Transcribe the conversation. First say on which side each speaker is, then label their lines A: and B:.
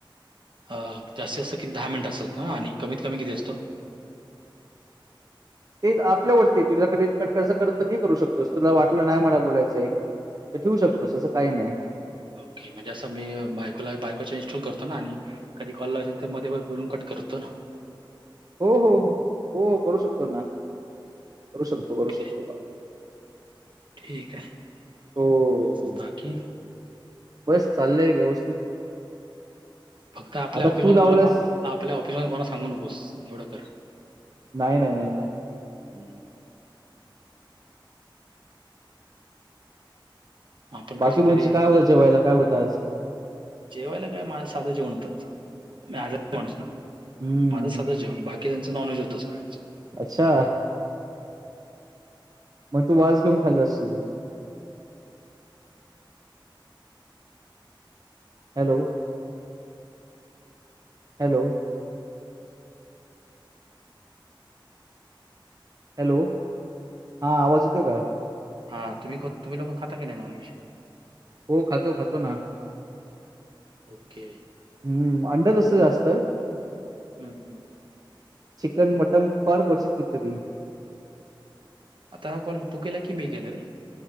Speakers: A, on the right (about 70°); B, on the right (about 45°).
A: अ जास्त जास्त किती दहा मिनिट असतं ना आणि कमीत कमी किती असतो?
B: ते आपल्यावरती तुझ्याकड कट कस कर कधीही करू शकतोस तुला वाटलं नाई मला बोलायचंय तर ठेवू
A: बरोबर
B: शकतोस असं काही नाही
A: ओके म्हणजे असं मी बायकोला बायको च्या इन्स्टॉल कर तो आणि कधी कॉल लावायचा तर मध्ये बाय बोलून कट करतोना.
B: हो हो हो हो करू शकतो ना. करू शकतो
A: ओके.
B: करू शकतो.
A: ठीक हाय
B: हो
A: बाकी.
B: बस चाललंय व्यवस्थित.
A: फक्त आपल्या
B: आता
A: ऑफिस
B: तू
A: मध
B: लावलंस
A: कोण अ आपल्या ऑफिस मध कोणा सांगू नकोस एवढं कर.
B: नाय नाय नाय नाय.
A: हम्म. आपण
B: बाकी
A: कसतरी
B: म्हणजे
A: अ
B: काय होतं जेवायला काय होतं आज
A: जेवायला काय माझ साधं जेवण होत आज. मी आजा माणूस ना
B: हम्म
A: माझं सधं जेवण बाकी त्यांच नॉन्हेज होतं सगळ्यांच.
B: अच्छा. मग तू वास घेऊन खाल्ला असशील. हॅलो. हॅलो. हॅलो हा आवाज येतो काय?
A: हा तुमही ख तुमही लोक खाता कि नाय नॉनव्हेज?
B: हो खातो खातो ना.
A: ओके.
B: हम्म अंडर असतं जास्तं.
A: हम्म हम्म.
B: चिकन मटम फार क्वचित् घेतलं मी
A: आता हा कॉल तू केला की मी केला रे